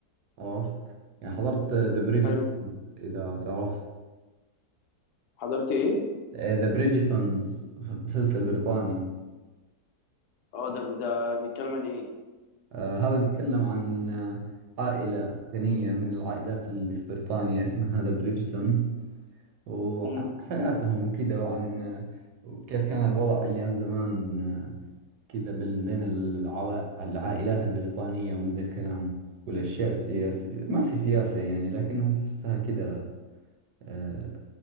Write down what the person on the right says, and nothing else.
عرفت يعني حضرت ذا بريجيتونز
اذا تعرف
ذا بريجيتونز مسلسل بريطاني
آه هذا بيتكلم عن آه، عائلة غنية من العائلات اللي في بريطانيا اسمها ذا بريدجتون وعن
حياتهم وكذا وعن آه، كيف كان الوضع أيام زمان آه، كذا بال- بين العوا- العائلات البريطانية ومن ذا الكلام والأشياء السياسية ما في سياسة يعني لكنها تحسها كذا آه،